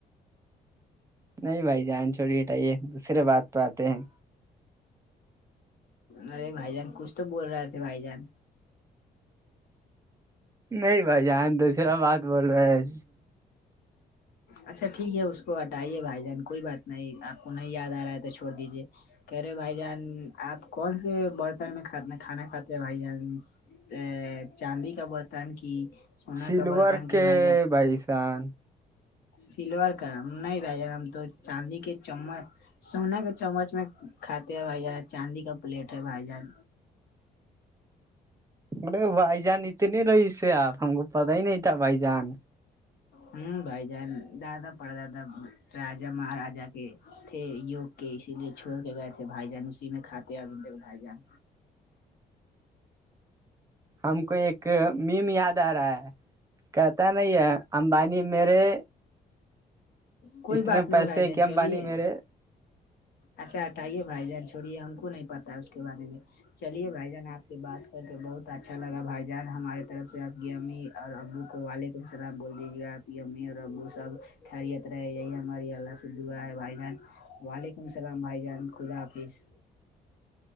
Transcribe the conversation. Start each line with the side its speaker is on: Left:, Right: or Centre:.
Right: نہیں بھائی جان چھوڑی ہٹائیے دوسرے بات پہ آتے ہیں
Left: ارے بھائی جان کچھ تو بول رہے تھے بھائی جان
Right: نہیں بھائی جان دوسرا بات بول رہے ہیں
Left: اچھا ٹھیک ہے اس کو ہٹائیے بھائی جان کوئی بات نہیں آپ کو نہیں یاد آ رہا ہے تو چھوڑ دیجیے کہہ رہے بھائی جان آپ کون سے برتن میں کھ کھانا کھاتے ہیں بھائی جان ا چاندی کا برتن کی سونا
Right: سلور
Left: کا برتن کی
Right: کے
Left: بھائی جان
Right: بھائی جان
Left: سلور کا نہیں بھ جان ہم تو چاندی کے چمچ سونے کے چمچ میں کھاتے ہیں بھائی جان چاندی کا پلیٹ ہے بھائی جان
Right: مے بھائی جان اتنے رہی اس سے آپ ہم کو پتا ہی نہیں تھا بھائی جان
Left: ہوں بھائی جان دادا پڑا دادا راجا مہاراجا کے تھھر وکے اسی لیے چھوڑ کے گئے تھے بھائی جان اسی میں کھاتے ا بھائی جان
Right: ہم کو ایک میم یاد آ رہا ہے کہتا نہیں ہے امبانی میرے
Left: کوئی
Right: اتنے
Left: بات نہیں
Right: پیسے
Left: بھائی جان
Right: کہ امبانی
Left: چلیے
Right: میرے
Left: اچھا ہٹائیے بھائی جان چھوڑیے ہم کو نہیں پتا اس کے بارے میں چلیے بھائی جان آپ سے بات کر کے بہت اچھا لگا بھائی جان ہماری طرف سے اپ کی امی اور ابو کو وعلیکم السلام بول دیجیے یمی اور او سب ھریت رہے ہیں ہماری یہ ال سے دو بائی جان وعلیکم السلام بھائی جان خدا حافظ